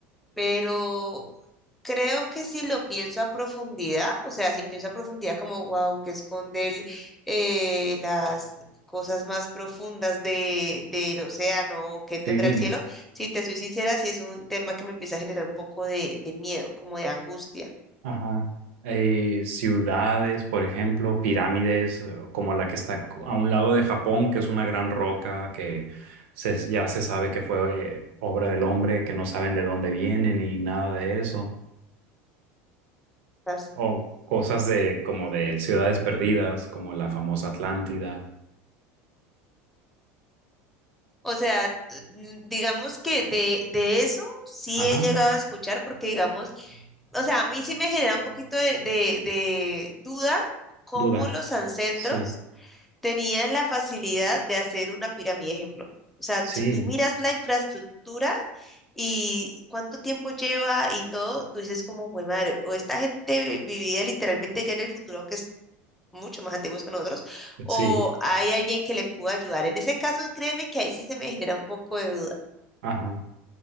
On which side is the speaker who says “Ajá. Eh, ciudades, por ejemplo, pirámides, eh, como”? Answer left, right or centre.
Right